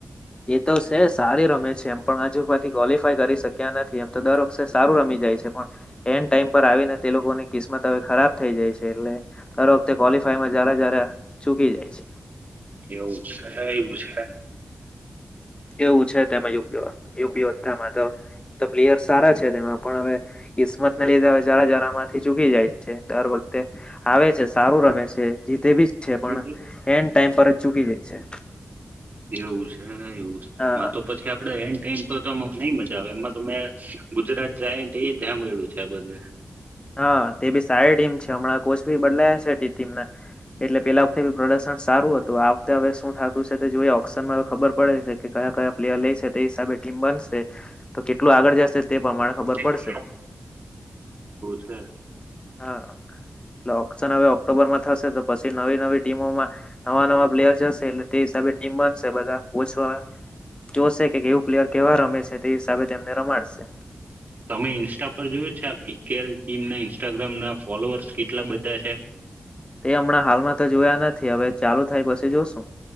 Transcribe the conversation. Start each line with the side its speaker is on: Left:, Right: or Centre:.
Left: તે તો સે સારી રમે છે એમ પણ હજુબાથી ક્વોલિફાય કરી શક્યા નથી, એમ તો દર વખષે સારું રમી જાય છે, પણ એન્ડ ટાઈમ પર આવીને તે લોકોને કિસ્મત હવે ખરાબ થઈ જાય છે એટલે દર વખતે ક્વોલિફાઈમાં જ્યારે જ્યારે ચૂકી જાય છે
Right: એવું છે, એવું છે
Left: એવું છે તેમાં યુપી, યુપીધામાં તો તો પ્લેયર સારા છે તેમાં પણ હવે કિસ્મતને લીધે હવે જાર જારામાંથી ચૂકી જાય છે દર વખતે આવે છે સારું રમે છે જીતે બી છે
Right: એવું
Left: પણ એન્ડ ટાઈમ પર જ ચૂકી જાય છે
Right: એવું છે હ, એવું છે,
Left: હા
Right: માં તો પછી આપડે એન્ડ તો તો મોક્ષ નહી મજા આવે એમાં તો મે ગુજરાત જાય <unintelligible> હાભળ્યું છે આ બધું
Left: હા, તે બી સારી ટીમ છે હમણાં કોચ બી બદલાયા છે તે ટીમના એટલે પેલા વખતે બી પ્રદર્શન સારું હતું આ વખતે હવે શું થાતું સે તે જોઈ ઓક્શનમાં ખબર પડે છે કે કયા કયા પ્લેયર લે છે તે હિસાબે ટીમ બનશે તો કેટલું આગળ જશે તે પ્રમાણે ખબર
Right: એવું
Left: પડશે
Right: છે
Left: હા, એટલે ઓક્શન હવે ઓક્ટોબરમાં થશે તો પછી નવી નવી ટીમોમા નવા, નવા પ્લેયર જશે એટલે તે હિસાબે ટીમ બનશે બધા ઓસવા જોશે કે કેવું પ્લેયર કેવા રમે છે તે હિસાબે તેમને રમાડશે
Right: તમે ઇન્સ્ટા પર જોયું છે આ પીકેએલ ટીમ ના ઇન્સ્ટાગ્રામ ના ફોલોઅર્સ કેટલા બધા છે
Left: તે હમણાં હાલમાં તો જોયા નથી હવે ચાલુ થાય પછી જોશું